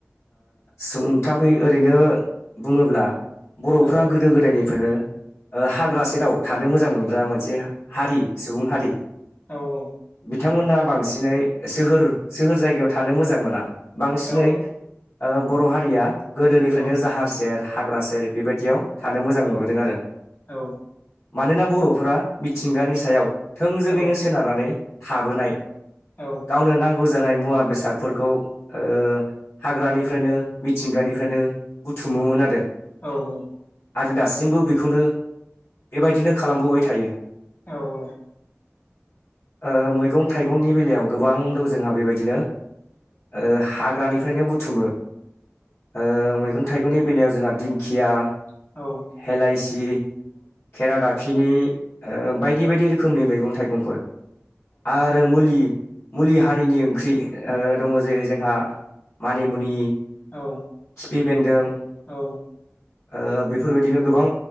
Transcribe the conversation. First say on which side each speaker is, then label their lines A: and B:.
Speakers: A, on the left; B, on the left.
A: सुंथाबै ओरैनो बुङोब्ला बर'फ्रा
B: औ
A: गोदो गोदायनिफ्रायनो ओ हाग्रासेराव थानो मोजां मोनग्रा मोनसे हारि सुबुं हारि।
B: औ औ।
A: बिथांमोनहा बांसिनै सोहोर सोहोर जायगायाव थानो मोजां मोना। बांसिनै
B: औ
A: ओ बर' हारिया गोदोनिफ्रायनो
B: औ
A: जाहार सेर हाग्रा सेर बेबायदियाव थानो मोजां
B: औ
A: मोनबोदों आरो।
B: औ
A: मानोना बर'फोरा मिथिंगानि सायाव थोंजोङैनो
B: औ
A: सोनारनानै थाबोनाय
B: औ
A: गावनो नांगौ जानाय मुवा बेसादफोरखौ ओ हाग्रानि फ्रायनो मिथिंगानिफ्रायनो बुथुमोमोन आरो।
B: औ औ।
A: आरो दासिमबो बेखौनो बेबायदिनो खालामबोबाय थायो।
B: औ औ।
A: ओ मैगं थाइगंनि बेलायाव गोबां दं जोंहा बेबायदिनो ओ हाग्रानिफ्रायनो बुथुमो ओ मैगं थाइगंनि बेलायाव जोंहा दिंखिया
B: औ
A: हेलइसि केेराडाफिनि ओ बायदि बायदि रो खोमनि मैगं थाइगंफोर आरो मुलि मुलि हारिनि ओंख्रि ओ दङ जेरै जोंहा मानिमुनि
B: औ
A: खिफि बेन्दों
B: औ।
A: ओ बेफोरबायदिनो गोबां